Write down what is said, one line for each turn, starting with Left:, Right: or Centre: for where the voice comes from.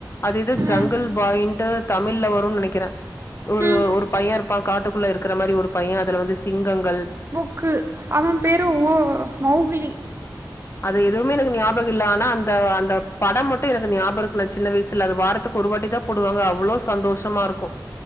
Left: அது இது ஜங்கல்
Right: ம்
Left: பாய்யிண்ட்டு தமிழ்ல வரும்னு நெனக்கிறேன் ஒரு
Right: ம்
Left: ஒரு பையன் இருப்பான் காட்டுக்குள்ள இருக்கற மாறி ஒரு பையன் அதுல வந்து சிங்கங்கள்
Right: க்கு அவன் பேரும் ஓ மௌகுலி
Left: அது எதுவுமே எனக்கு ஞாபகம் இல்ல ஆனா அந்த அந்த படம் மட்டும் எனக்கு ஞாபகம் இருக்கு நான் சின்ன வயசுல அது வாரத்துக்கு ஒரு வாட்டி தா போடுவாங்க அவ்ளோ சந்தோஷமா இருக்கும்